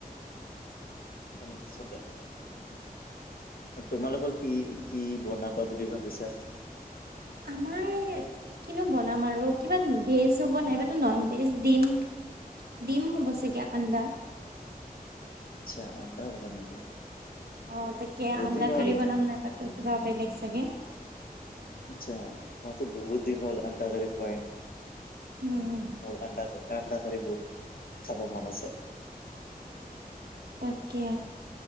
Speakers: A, on the left; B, on the right.
A: তেনেক চলে। তোমালোকৰ কি কি বনাবা বুলি ভাবিছা।
B: আমাৰ কিনো বনাম আৰু কিবা ভেজ হ'ব। নাইবাতো নন ভেজ দিম। দিম হব ছাগে আন্দা।
A: আচ্ছা অণ্ডা হ'ব নেকি।
B: অ' তাকে
A: বহুত
B: অন্দা
A: দিন হ'ল
B: কৰি বনাম নাই বা ত' কিবা বেলেক চাগে।
A: আচ্ছা মইতো বহুত দিন হ'ল অন্দা কড়ি খোৱাই নাই।
B: উম
A: মো <unintelligible> অন্দা কৰি বহুত খাব মন আছে।
B: তাকে